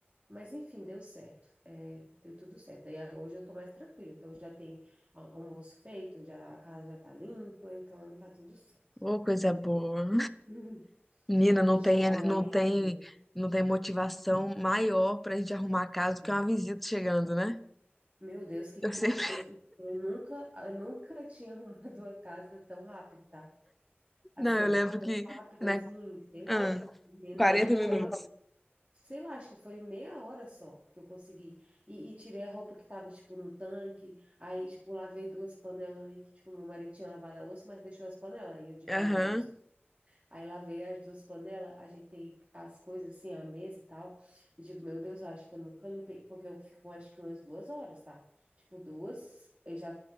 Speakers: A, on the right; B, in the centre.
A: mas enfim, deu certo, é, deu tudo certo, aí ah, hoje eu tô mais tranquila, então já tem a- almoço feito, já, a casa já tá limpa, então tá tudo certo,
B: Ô, coisa boa.
A: <laughs>
B: Menina, não
A: que já
B: tem,
A: dá um
B: não
A: alívio,
B: tem,
A: né,
B: não tem motivação maior pra gente arrumar a casa do
A: É.
B: que uma visita chegando, né?
A: Meu Deus, que
B: Eu sempre.
A: loucura,
B: <laughs>
A: eu nunca, eu nunca tinha <laughs> arrumado uma casa tão rápido, tá? Assim,
B: Não, eu
A: ó,
B: lembro
A: tão
B: que.
A: rápido
B: Né,
A: assim, sei lá,
B: ah,
A: em menos
B: 40
A: de meia
B: minutos.
A: hora, porque, sei lá, acho que foi meia hora só que eu consegui. E, e tirei a roupa que tava, tipo, no tanque, aí, tipo, lavei duas panelas ali que, tipo, meu marido tinha lavado a louça, mas deixou as panelas. Aí eu digo,
B: Aham.
A: ai, meu Deus. Aí lavei as duas panelas, ajeitei as coisas assim, a mesa e tal. E digo, meu Deus, eu acho que eu nunca limpei, porque eu fico acho que umas duas horas, tá? Tipo, duas, eu já